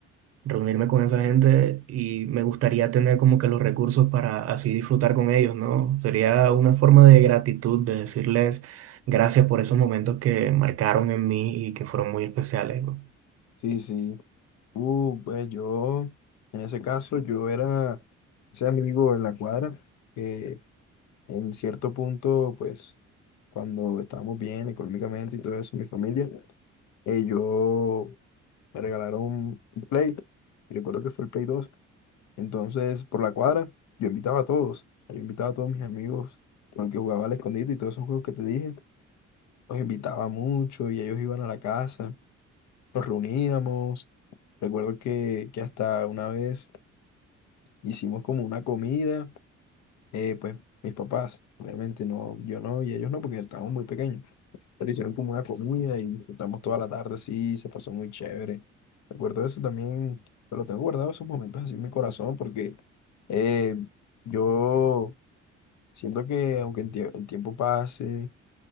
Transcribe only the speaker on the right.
reunirme con esa gente y me gustaría tener como que los recursos para así disfrutar con ellos, ¿no? Sería una forma
de gratitud, de decirles gracias por esos momentos que marcaron en mí y que fueron muy especiales. ¿no?